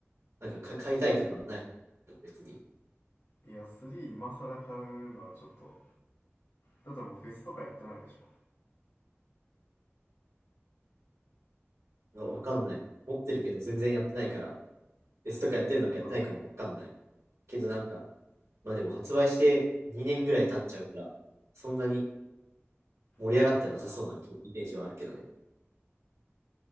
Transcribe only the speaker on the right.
なんかか買いたいとかはないの別に。
わわかんない。持ってるけど全然やってないから、S とかやってるのかやってないかもわかんない。
けどなんか、まあでも発売して2年ぐらい経っちゃうから、そんなに盛り上がってなさそうなイメージはあるけどね。